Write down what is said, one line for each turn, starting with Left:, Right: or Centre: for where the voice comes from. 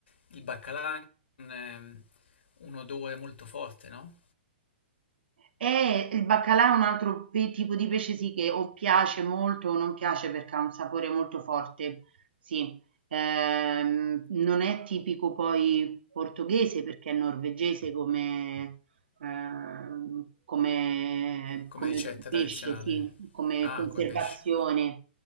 Left: il baccalà ha un, ehm, un odore molto forte, no?
Right: Eh, il baccalà è un altro pe- tipo di pesce sì che o piace molto o non piace perché ha un sapore molto forte, sì. Ehm, non è tipico poi portoghese perché è norvegese come, ehm, come,
Left: Come
Right: come
Left: ricetta
Right: pesce,
Left: tradizionale.
Right: sì, come
Left: Ah,
Right: conservazione.
Left: come pesce.